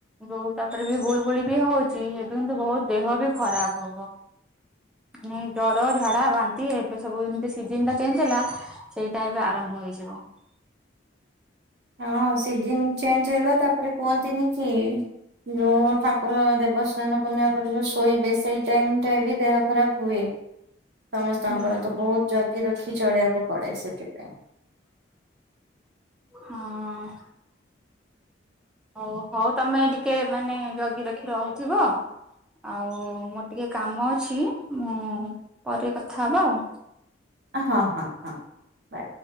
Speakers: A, in the centre; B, on the right.
A: ଯୋଉ ତାପରେ ବି ଗୁଳୁ ଗୁଳି ବି ହଉଛି ଏବେ କିନ୍ତୁ ବହୁତ ଦେହ ବି ଖରାପ ହବ। ନାଇଁ ଡ଼ର, ଝାଡ଼ା, ବାନ୍ତି ଏବେ ସବୁ ଯେମିତି ସିଜନଟା ଚେଞ୍ଜ ହେଲା ସେଇଟା ଏବେ ଆରମ୍ଭ ହେଇଯିବ।
B: ହଁ ସିଜିନ ଚେଞ୍ଜ ହେଲା ତାପରେ କୁହନ୍ତିନି କି ଯୋଉ ଠାକୁର ଦେବସ୍ନାନ ପୂର୍ଣ୍ଣିମା ପରେ ଯୋଉ ଶୋଇବେ ସେଇ ଟାଇମ ଟା ବି ଦେହ ଖରାପ ହୁଏ। ସମସ୍ତଙ୍କର
A: ହୁଁ।
B: ତ ବହୁତ ଜଗି ରଖି ଚଳିଆ। ପଡେ ସେଥିପାଇଁ।
A: ହଁ ହଉ ହଉ ତମେ ଟିକେ ମାନେ ଜଗି ରଖି ରହୁଥିବ। ଆଉ ମୋର ଟିକେ କାମ ଅଛି ମୁଁ ପରେ କଥା ହବା ଆଉ।
B: ହଁ ହଁ ହଁ। ବା